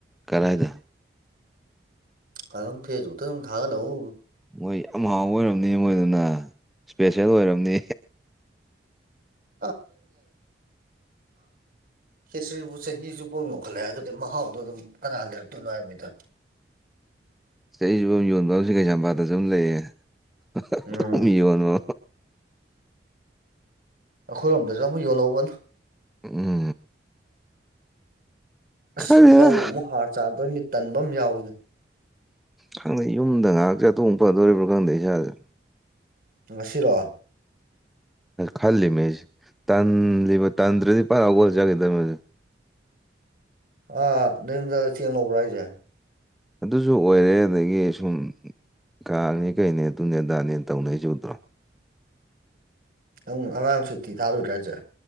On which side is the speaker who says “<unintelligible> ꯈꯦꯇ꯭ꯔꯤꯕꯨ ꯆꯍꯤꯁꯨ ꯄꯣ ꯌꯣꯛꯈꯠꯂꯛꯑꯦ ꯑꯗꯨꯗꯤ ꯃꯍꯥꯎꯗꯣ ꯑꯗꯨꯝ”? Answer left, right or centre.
Right